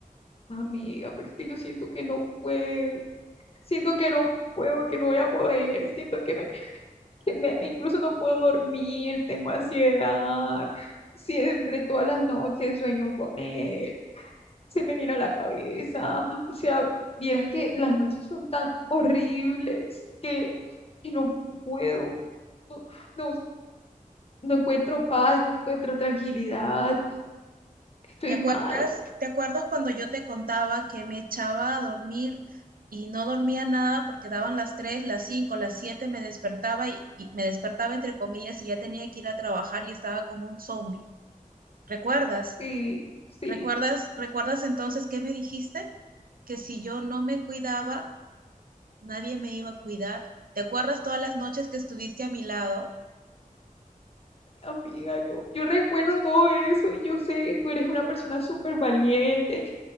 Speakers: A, on the left; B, on the right.
A: amiga, pero es que yo siento que no puedo, siento que no puedo, que no voy a poder, siento que me que me, incluso no puedo dormir, tengo ansiedad, siempre todas las noches sueño con él, se me viene a la cabeza, o sea, vieras que las noches son tan horribles que, que no puedo, no, no, no encuentro paz, no encuentro tranquilidad, estoy
B: ¿Te acuerdas,
A: mal,
B: te acuerdas cuando yo te contaba que me echaba a dormir y no dormía nada porque daban las 3, las 5, las 7 me despertaba y, y me despertaba entre comillas y ya tenía que ir a trabajar y estaba como un zombie? ¿Recuerdas?
A: sí, sí.
B: ¿Recuerdas, recuerdas entonces qué me dijiste? Que si yo no me cuidaba, nadie me iba a cuidar. ¿Te acuerdas todas las noches que estuviste a mi lado?
A: Amiga, yo, yo recuerdo todo eso y yo sé que tú eres una persona súper valiente